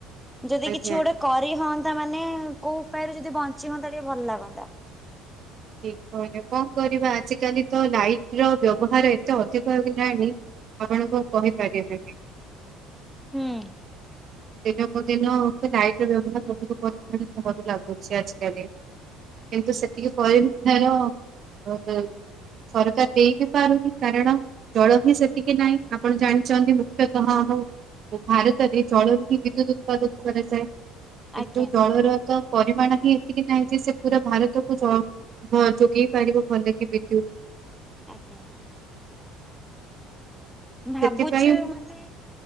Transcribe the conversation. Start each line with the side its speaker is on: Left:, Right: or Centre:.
Centre: ଯଦି
Right: ଆଜ୍ଞା
Centre: କିଛି ଗୋଟେ କରି ହୁଅନ୍ତା ମାନେ କୋଉ ଉପାୟରେ ଯଦି ବଞ୍ଚି ହୁଅନ୍ତା ଟିକେ ଭଲ ଲାଗନ୍ତା।
Right: ଠିକ୍ କହିଲେ କଣ କରିବା ଆଜିକାଲି ତ ଲାଇଟର ବ୍ୟବହାର ଏତେ ଅଧିକ ହେଗଲାଣି ଆପଣଙ୍କୁ କହିପାରିବିନି।
Centre: ହୁଁ।
Right: ଦିନକୁ ଦିନ ଲାଇଟ ବ୍ୟବହାର ଅଧିକ ପରିମାଣ ହବକୁ ଲାଗୁଛି ଆଜିକାଲି। କିନ୍ତୁ ସେତିକି ପରେ ବି ତାର ସରକାର ଦେଇ ବି ପାରୁନି କାରଣ ଜଳ ହିଁ ସେତିକି ନାହିଁ ଆପଣ ଜାଣିଛନ୍ତି ମୁଖ୍ୟତଃ ଆମ ଭାରତରେ ଜଳ ବିଦ୍ୟୁତ ଉତ୍ପାଦନ କରାଯାଏ କିନ୍ତୁ
Centre: ଆଜ୍ଞା
Right: ଜଳର ତ ପରିମାଣ ହିଁ ଏତିକି ନାହିଁ ଯେ ସେ ପୁରା ଭାରତକୁ ଜଳ ଯୋଗେଇ ପାରିବ ଭଲ କି ବିଦ୍ୟୁତ୍।
Centre: ଆଜ୍ଞା ଭାବୁଛୁ
Right: ସେଥିପାଇଁ
Centre: ମାନେ